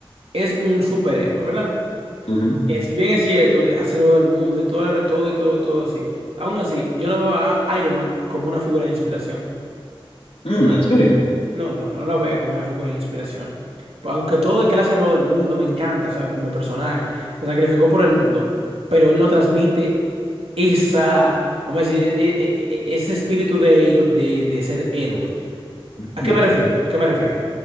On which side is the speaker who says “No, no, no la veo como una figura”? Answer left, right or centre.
Right